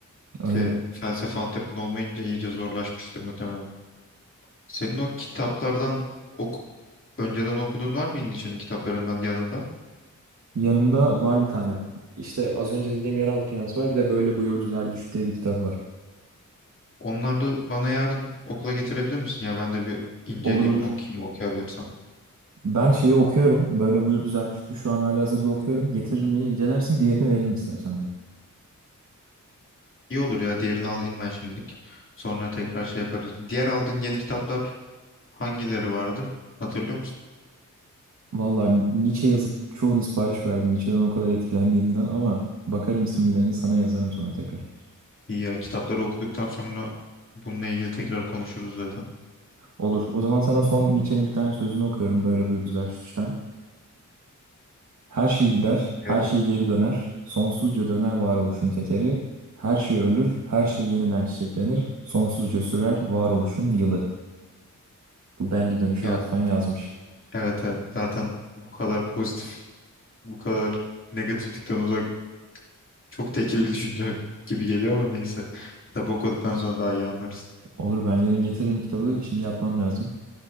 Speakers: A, on the right; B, on the left.
A: öyle.
B: İşte felsefe altyapın olmayınca iyice zorlaşmıştır muhtemelen. Senin o kitaplardan oku- önceden okuduğun var mı İlniç'in kitaplarından yanında?
A: Yanımda var bir tane. İşte az önce dediğim Yeraltı Dünyası var. Bir de Böyle Buyurdu Zerdüşt diye bir kitap var.
B: Onları bana yarın okula getirebilir misin ya? Ben de bir inceleyeyim,
A: Olur olur.
B: okuyayım, okuyabilirsem.
A: Ben şeyi okuyorum. Böyle Buyurdu Zerdüşt'ü şu an halihazırda okuyorum. Getiririm yine incelersin. Diğerini veririm istersen de.
B: İyi olur ya. Diğerini alayım ben şimdilik. Sonra tekrar şey yaparız. Diğer aldığın yeni kitaplar Hangileri vardı? Hatırlıyor musun?
A: Valla Nietzsche yazıp çoğunu sipariş verdim. Nietzsche'den o kadar etkilendiğimden ama bakarım isimlerini sana yazarım sonra tekrar.
B: İyi ya kitapları okuduktan sonra bununla ilgili tekrar konuşuruz zaten.
A: Olur. O zaman sana son Nietzsche'nin bir tane sözünü okuyorum. Böyle buyurdu Zarathus'tan. Her şey gider,
B: Biliyorum.
A: her şey geri döner. Sonsuzca döner varoluşun tekeri. Her şey ölür, her şey yeniden çiçeklenir. Sonsuzca sürer varoluşun yılı. Bu Bengi dönüşe
B: Ya
A: atfen yazmış.
B: evet evet zaten bu kadar pozitif, bu kadar negatiflikten uzak çok tekil bir düşünce gibi geliyor ama neyse. Kitap okuduktan sonra daha iyi anlarız.
A: Olur ben yarın getiririm kitabı. Şimdi yatmam lazım.